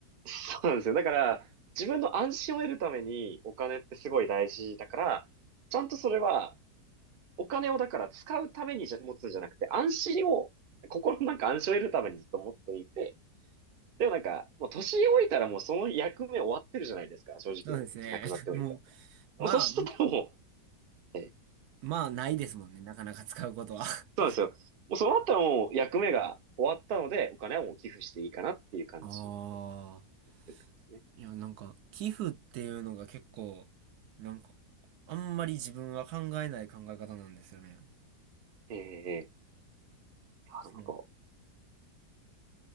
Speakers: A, on the right; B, on the right.
A: そうなんですよ。だから、自分の安心を得るためにお金ってすごい大事だから、ちゃんとそれは、お金をだから使うためにじゃ持つんじゃなくて、安心を、心のなんか安心を得るためにずっと持っていて、でもなんか、もう年老いたらもうその役目終わってるじゃないですか、正直もう生きなくなっておいたら。
B: そうですね。<laughs> もう、まあ、
A: もうそしたらもう、ええ、
B: まあ、ないですもんね。なかなか使うことは。<laughs>
A: そうなんですよ。もうそうなったらもう役目が終わったので、お金はもう寄付していいかなっていう感じで
B: ああ。
A: 思ってる感じですね。
B: いや、なんか、寄付っていうのが結構、なんか、あんまり自分は考えない考え方なんですよね。
A: ええええいやなんか、
B: その、い